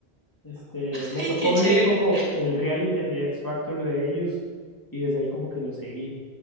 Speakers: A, on the left; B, on the right.
A: Este,
B: <laughs>
A: me
B: Ay,
A: tocó
B: qué
A: vivir
B: chévere.
A: como el reality, el de X Factor de ellos y desde ahí como que lo seguí.